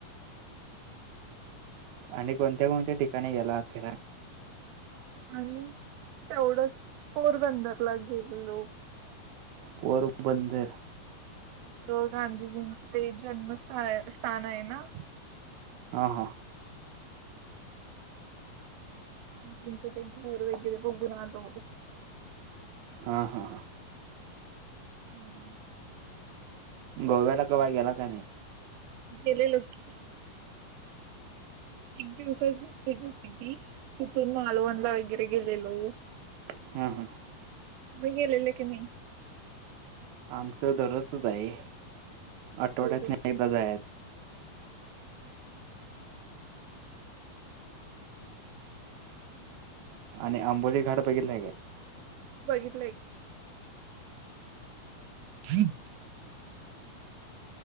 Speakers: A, on the right; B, on the right.
A: आणि कोणत्या, कोणत्या ठिकाणी गेलात फिरा
B: आणि तेवढं पोरबंदरला गेलेलो.
A: पोरबंदर.
B: तो गांधीजींचं चे जन्मथ स्थान स्थान आहे ना,
A: हा हा.
B: त्यांच्या काय घर वगैरे बघून आलो.
A: हा ह हा.
B: हम्म.
A: गोव्याला कवा गेला का नाही?
B: गेलेलो, गेलेलो. एक दिवसाचीे ट्रीप होती ती तिथून मालवणला वगैरे गेलेलो.
A: हम्म हम्म.
B: म गलेले की नाही?
A: आमच दरोच आहे आठवड्यातन
B: हो
A: एकदा जाय
B: अक <unintelligible> हम् <inaudible>
A: आणि आंबोली घाड बघितला काय?
B: बघितलंय.
A: ह <inaudible>